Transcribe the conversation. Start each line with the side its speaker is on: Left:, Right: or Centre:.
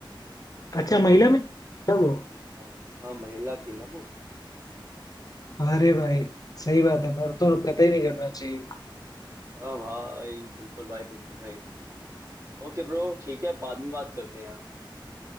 Left: अच्छा महिला में तब वो
Right: हाँ हाँ महिला थी ना वो
Left: अरे भाई सही बात है पर तो कतई नहीं करना चाहिए
Right: हाँ भाई बिल्कुल भाई बिल्कुल भाई ओके ब्रो ठीक है बाद में बात करते हैं यार